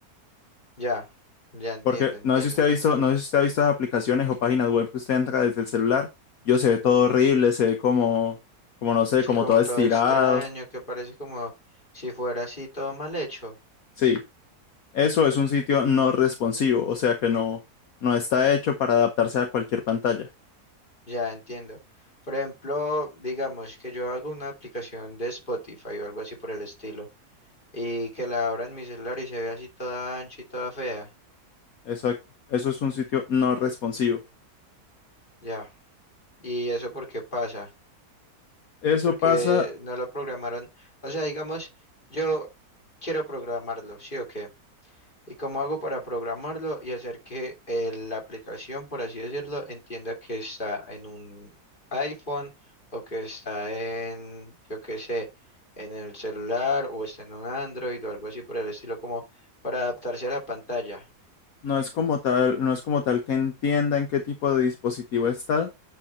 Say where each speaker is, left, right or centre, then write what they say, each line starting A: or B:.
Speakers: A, on the left (about 30°); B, on the left (about 65°).
A: ya, ya entiendo,
B: Porque
A: entiendo.
B: no sé si usted ha visto, no sé si usted ha visto esas aplicaciones o páginas web que usted entra desde el celular. Yo se ve todo horrible, se ve como, como no sé,
A: Sí,
B: como
A: como
B: todo estirado.
A: todo extraño, que parece como si fuera así todo mal hecho.
B: Sí, eso es un sitio no responsivo, o sea que no, no está hecho para adaptarse a cualquier pantalla.
A: Ya entiendo. Por ejemplo, digamos que yo hago una aplicación de Spotify o algo así por el estilo y que la abra en mi celular y se ve así toda ancha y toda fea.
B: Exacto, eso es un sitio no responsivo.
A: Ya. ¿Y eso por qué pasa?
B: Eso
A: Porque
B: pasa,
A: no lo programaron. O sea, digamos, yo quiero programarlo, ¿sí o qué? ¿Y cómo hago para programarlo y hacer que eh, la aplicación, por así decirlo, entienda que está en un iPhone o que está en, yo qué sé, en el celular o está en un Android o algo así por el estilo, como para adaptarse a la pantalla?
B: no es como tal, no es como tal que entienda en qué tipo de dispositivo está